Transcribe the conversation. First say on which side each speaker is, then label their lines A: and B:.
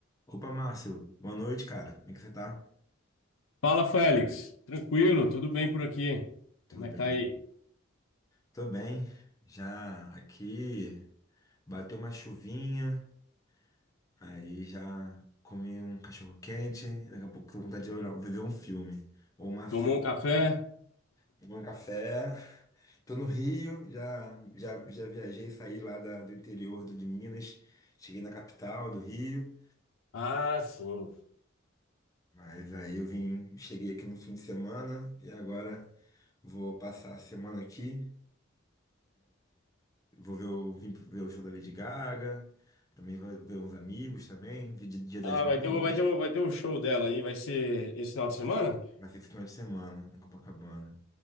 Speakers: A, on the left; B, on the left.
A: Opa, Márcio. Boa noite, cara. Como é que você tá?
B: Fala, Félix. Tranquilo, tudo bem por aqui?
A: Tudo
B: Como é
A: bem?
B: que tá aí?
A: Tô bem. Já aqui bateu uma chuvinha, aí já comi um cachorro quente, e daqui a pouco tô com vontade de olhar, ver um filme ou uma série.
B: Tomou um café?
A: Tomei um café. Tô no Rio, já já já viajei, saí lá da- do interior do, de Minas, cheguei na capital do Rio,
B: Ah, sim.
A: mas aí eu vim, cheguei aqui no fim de semana e agora vou passar a semana aqui. Vou ver o, vim ver o show da Lady Gaga. Também vou ver uns amigos também. Vi de- Dia das
B: Ah,
A: Mães.
B: vai ter, o- vai ter, o- vai ter o show dela aí, vai ser esse final de semana?
A: Vai ser esse final de semana em Copacabana.